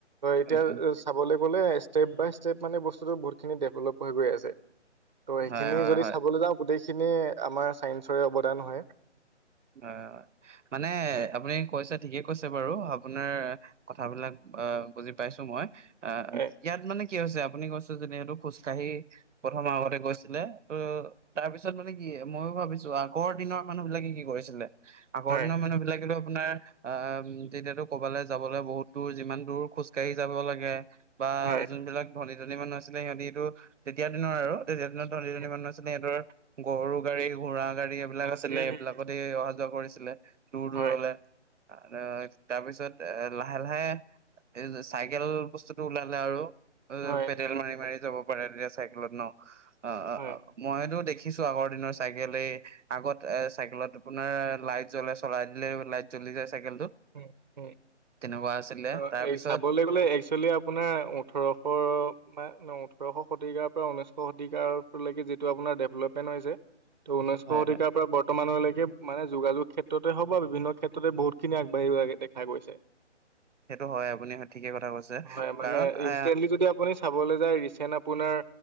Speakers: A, on the right; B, on the right.
A: এতিয়া
B: উম, উম।
A: চাবলে। কলে ষ্টেপ বাই ষ্টেপ মানে বস্তুটো বহুতখিনি ডেভলপ হৈ গৈ আছে। ত' সেইখিনি
B: হয়, হয়,
A: যদি
B: হয়।
A: চাবলৈ যাওঁ গোটেইখিনি আমাৰ চাইন্সৰে অৱদান হয়।
B: হয় হয় মানে
A: হয়
B: আপুনি কৈছে ঠিকে। কৈছে বাৰু আপোনাৰ কথাবিলাক অ বুজি পাইছো মই, অ
A: হয়
B: ইয়াত মানে কি হৈছে আপুনি কৈছে যে যিহেতু খোজকাঢ়ি প্ৰথমৰ আগতে গৈছিলে ত তাৰপিছত মানে কি মই ভাবিছো আগৰ দিনৰ মানুহ বিলাকে কি কৰিছিলে, আগৰ
A: হয়
B: দিনৰ মানুহ বিলাকেতো আপোনাৰ আহ, তেতিয়াতো ক'বালৈ যাবলৈ বহুত দূৰ যিমান দূৰ খোজ কাঢ়ি যাব লাগে। বা
A: হয়
B: যোনবিলাক ধনি ধনি মানুহ আছিলে সিহতিটো তেতিয়া দিনৰ আৰু। ধনী
A: উম
B: ধী মানু আছিলে সিহঁৰ গৰু গাড়ী ঘোঁৰা গাড়ী এইবিলাক আছিলে
A: উম
B: এইবিলাকত।
A: উম
B: অহা যোৱা কৰিছিলে, দূৰ দূৰলে।
A: হয়
B: আৰু তাৰপিছত এ লাহে লাহে- এই চাইকেল বস্তুটো ওলালে আৰু। অ
A: হয়
B: পেডেল মাৰি মাৰি যাব পাৰে তেতিয়া চাইকেলত ন, অ অ
A: হয়
B: অ মইতো দেখি দেখিছো আগৰ দিনৰ চাইকেলে, আগত এ চাইকেলত আপোনাৰ লাইট জ্বলাই চলাই দিলে লাইট জ্বলি যায় চাইকেলটো
A: উম-উম।
B: তেনেকুৱা আছিলে
A: অ
B: তাৰ
A: এ
B: পিছত
A: চাবলৈ গ'লে একচুৱেলি আপোনাৰ ওঠৰশ বা ন <inaudible> ওঠৰশ শতিকাৰ পৰা ঊনৈশ শতিকাৰলৈকে যিটো আপোনাৰ ডেভলপমেণ্ট হৈছে ত' ঊনৈছশ
B: হয়
A: শতিকাৰ
B: হয়
A: পৰা বৰ্তমানলৈকে মানে যোগাযোগ ক্ষেত্ৰতে হওক বা বিভিন্ন ক্ষেত্ৰতে বহুত খিনি। কিমান আগবাঢ়ি দেখা গৈছে।
B: সেইটো হয় আপুনি ঠিকে কথা কৈছে
A: হয় মানে
B: কাৰণ এ
A: ইনষ্টেণ্টলি যদি আপুনি চাবলৈ যায়, ৰিচেন্ট আপোনাৰ